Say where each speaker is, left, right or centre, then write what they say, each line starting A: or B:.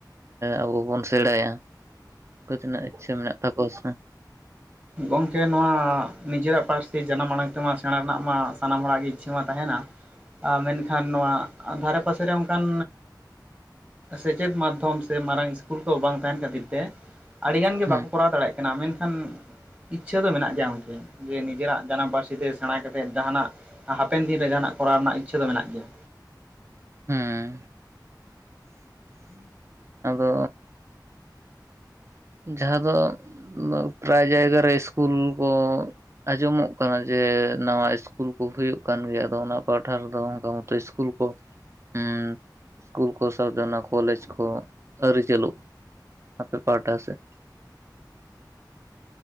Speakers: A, on the right (about 40°); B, on the right (about 20°).
A: ᱟᱵᱚ ᱵᱚᱱ ᱥᱮᱬᱟᱭᱟ ᱛᱤᱱᱟᱹᱜ ᱤᱪᱪᱷᱟᱹ ᱢᱮᱱᱟᱜ ᱛᱟᱠᱚᱣᱟ ᱥᱮ
B: ᱜᱚᱝᱠᱮ ᱱᱚᱣᱟ ᱱᱤᱡᱮᱨᱟᱜ ᱯᱟᱹᱨᱥᱤ ᱡᱟᱱᱟᱢ ᱟᱲᱟᱝ ᱛᱮᱢᱟ ᱥᱮᱬᱟ ᱨᱮᱱᱟᱜ ᱢᱟ ᱥᱟᱱᱟᱢ ᱦᱚᱲᱟᱜ ᱜᱮ ᱤᱪᱪᱷᱟᱹ ᱢᱟ ᱛᱟᱦᱮᱱᱟ᱾ ᱢᱮᱱ ᱠᱷᱟᱱ ᱱᱚᱣᱟ ᱫᱷᱟᱨᱮ ᱯᱟᱥᱮ ᱨᱮ ᱚᱱᱠᱟᱱ ᱥᱮᱪᱮᱫ ᱢᱟᱫᱷᱚᱢ ᱥᱮ ᱢᱟᱨᱟᱝ ᱥᱠᱩᱞ ᱠᱚ ᱵᱟᱝ ᱛᱟᱦᱮᱱ ᱠᱷᱟᱹᱛᱤᱨ ᱛᱮ ᱟᱹᱰᱤ ᱜᱟᱱ ᱜᱮ
A: ᱦᱩᱸ
B: ᱵᱟᱠᱚ ᱠᱚᱨᱟᱣ ᱫᱟᱲᱮᱜ ᱠᱟᱱᱟ ᱢᱮᱱ ᱠᱷᱟᱱ ᱤᱪᱪᱷᱟᱹ ᱫᱚ ᱢᱮᱱᱟᱜ ᱜᱮᱭᱟ ᱜᱚᱝᱠᱮ ᱡᱮ ᱱᱤᱡᱮᱨᱟᱜ ᱡᱟᱱᱟᱢ ᱯᱟᱹᱨᱥᱤ ᱛᱮ ᱥᱮᱬᱟ ᱠᱟᱛᱮᱫ ᱡᱟᱦᱟᱱᱟᱜ ᱦᱟᱯᱮᱱ ᱫᱤᱱ ᱨᱮ ᱡᱟᱦᱟᱱᱟᱜ ᱠᱚᱨᱟᱣ ᱨᱮᱱᱟᱜ ᱤᱪᱪᱷᱟᱹ ᱫᱚ ᱢᱮᱱᱟᱜ ᱜᱮᱭᱟ᱾
A: ᱦᱮᱸ
B: ᱦᱮᱸ
A: ᱟᱫᱚ ᱡᱟᱦᱟᱸ ᱫᱚ ᱯᱨᱟᱭ ᱡᱟᱭᱜᱟ ᱨᱮ ᱤᱥᱠᱩᱞ ᱠᱚ ᱟᱸᱡᱚᱢᱚᱜ ᱠᱟᱱᱟ ᱡᱮ ᱱᱟᱣᱟ ᱤᱥᱠᱩᱞ ᱠᱚ ᱦᱩᱭᱩᱜ ᱠᱟᱱ ᱜᱮᱭᱟ ᱟᱫᱚ ᱚᱱᱟ ᱯᱟᱦᱴᱷᱟ ᱨᱮᱫᱚ ᱚᱱᱠᱟ ᱢᱚᱛᱚ ᱤᱥ ᱥᱠᱩᱞ ᱠᱚ ᱦᱩᱸ ᱥᱠᱩᱞ ᱠᱚ ᱥᱟᱶᱛᱮ ᱚᱱᱟ ᱠᱚᱞᱮᱡᱽ ᱠᱚ ᱟᱹᱨᱤ ᱪᱟᱹᱞᱩᱜ ᱟᱯᱮ ᱯᱟᱦᱴᱟ ᱥᱮᱜ